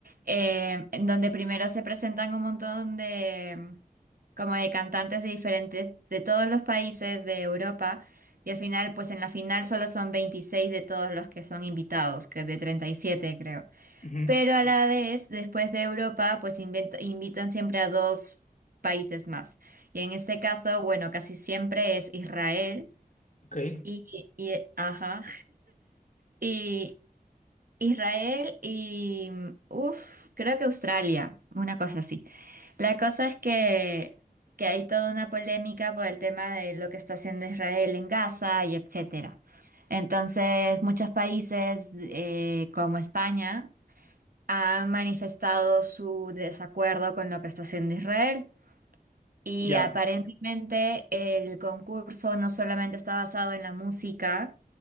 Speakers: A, on the right; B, on the left.
A: Eh, en donde primero se presentan un montón de, como de cantantes de diferentes, de todos los países de Europa, y al final, pues en la final solo son 26 de todos los que son invitados, que de 37 creo.
B: Ujú,
A: Pero a la vez, después de Europa, pues invent- invitan siempre a dos países más. Y en este caso, bueno, casi siempre es Israel.
B: Ok,
A: Y, y- ajá. Y Israel y, uff, creo que Australia, una cosa así. La cosa es que, que hay toda una polémica por el tema de lo que está haciendo Israel en Gaza y etcétera. Entonces, muchos países eh, como España han manifestado su desacuerdo con lo que está haciendo Israel. Y
B: ya,
A: aparentemente el concurso no solamente está basado en la música,